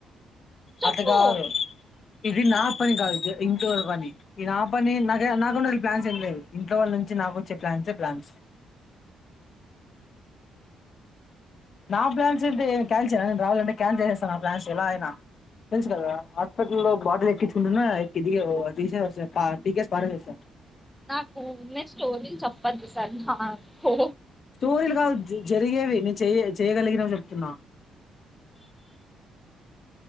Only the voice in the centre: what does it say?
చెప్పు
నాకు ఉన్న స్టోరీలు చెప్పద్దు సార్ నా కు